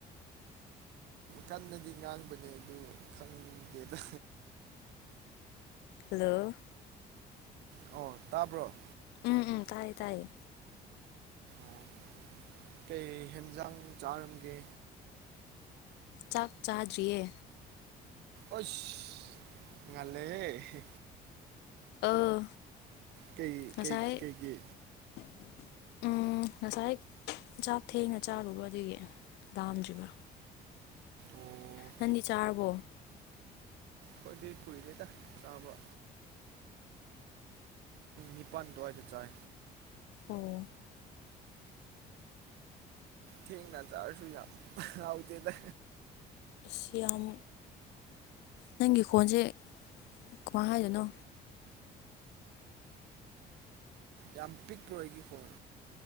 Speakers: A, on the right (about 75°); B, on the left (about 85°).
A: ꯀꯟꯅꯗꯤ ꯉꯥꯡꯕꯅꯦ ꯑꯗ ꯈꯪꯗꯦꯗ
B: ꯍꯜꯂꯣ
A: ꯑꯣ ꯇꯥꯕ꯭ꯔꯣ
B: ꯎꯝ ꯎꯝ ꯇꯥꯏꯌꯦ ꯇꯥꯏꯌꯦ
A: ꯑꯣ ꯀꯩ ꯍꯦꯟꯖꯥꯡ ꯆꯥꯔꯝꯒꯦ
B: ꯆꯥꯛ ꯆꯥꯗ꯭ꯔꯤꯌꯦ
A: ꯑꯣꯏꯁ ꯉꯜꯂꯦꯍꯦ
B: ꯑꯥ
A: ꯀꯩ
B: ꯉꯁꯥꯏ
A: ꯀꯩ ꯀꯩꯒꯤ
B: <inaudible> ꯎꯝ ꯉꯁꯥꯏ ꯆꯥꯛ ꯊꯦꯡꯅ ꯆꯥꯔꯨꯕ ꯑꯗꯨꯒꯤ ꯂꯥꯝꯗ꯭ꯔꯤꯕ
A: ꯑꯣ
B: ꯅꯪꯗꯤ ꯆꯥꯔꯕꯣ
A: ꯈꯣꯏꯗꯤ ꯀꯨꯏꯔꯦꯗ ꯆꯥꯕ ꯅꯤꯄꯥꯥꯟ ꯗꯨꯋꯥꯏꯗꯥ ꯆꯥꯏ
B: ꯑꯣ
A: ꯊꯦꯡꯅ ꯆꯥꯔꯁꯨ ꯌꯥꯝ ꯍꯥꯎꯇꯦꯗ
B: ꯊꯤꯌꯥꯝ ꯅꯪꯒꯤ ꯈꯣꯟꯁꯦ ꯀꯨꯃꯥꯏ ꯍꯥꯏꯗꯣꯏꯅꯣ
A: ꯌꯥꯝ ꯄꯤꯛꯄ꯭ꯔꯣ ꯑꯩꯒꯤ ꯈꯣꯟ